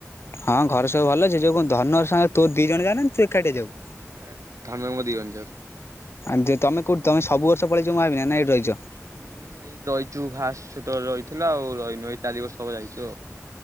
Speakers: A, on the left; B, on the right.
A: ହଁ ଘରେ ସବୁ ଭଲ ସେ ଯୋଉ କଣ ଧନ ସଙ୍ଗେ ତୋ ଦି ଜଣ ଯାନ୍ତି ନା ତୁ ଏକାଡିଆ ଯାଉ?
B: ଏ ଧନର ମର ଦି ଜଣ ଯାଉ।
A: ଆ ତମ କଉଠି ତମ ସବୁ ବର୍ଷ ପଲେଇଛନା ମହାବିନାୟକ ନା ଏଠି ରହିଛ?
B: ଉୁଁ ଏଇ ରହିଛୁ ଫାର୍ଷ୍ଟ ରୁ ତ ରହିଥିଲୁ ଆଉ ରହିନୁ ଏଇ ଚାରି ବର୍ଷ ହେବ ଯାଇଛୁ ଆଉ